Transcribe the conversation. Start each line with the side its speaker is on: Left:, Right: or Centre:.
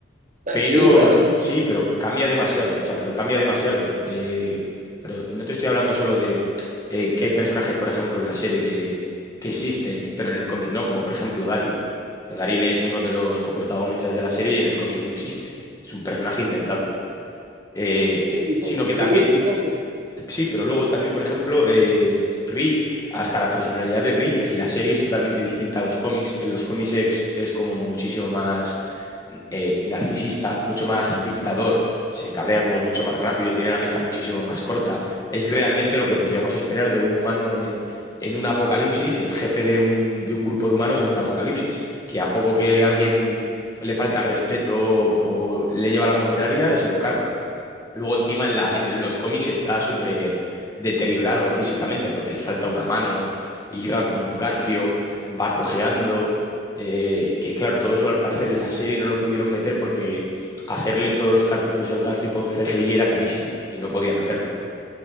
Right: Ah,
Left: Pero
Right: sí, claro que sí.
Left: sí, pero cambia demasiado, o sea, pero cambia demasiado. eh, pero no te estoy hablando solo de eh, que hay personajes, por ejemplo, en la serie que, que existen, pero en el cómic no, como por ejemplo Daryl. Daryl es uno de los coprotagonistas de la serie y en el cómic no existe. Es un personaje inventado. Eh,
Right: Sí, y fue,
Left: sino
Right: y
Left: que
Right: fue
Left: también,
Right: muy exitoso.
Left: Sí, pero luego también, por ejemplo, eh, Rick, hasta la personalidad de Rick en la serie es totalmente distinta a los cómics. En los cómics es, es como muchísimo más eh, narcisista, mucho más dictador, se cabrea como mucho más rápido, tiene la mecha muchísimo más corta. Es realmente lo que podríamos esperar de un humano en, en un apocalipsis, el jefe de un, de un grupo de humanos en un apocalipsis, que a poco que alguien le falta el respeto o le lleva la contraria, se lo carga. Luego encima en, la,
Right: Ah.
Left: en los cómics está súper deteriorado físicamente porque le falta una mano y lleva como un garfio, va cojeando. eh, que claro, todo eso al parecer en la serie no lo pudieron meter porque hacerle en todos los capítulos el garfio con CGI era carísimo y no podían hacerlo.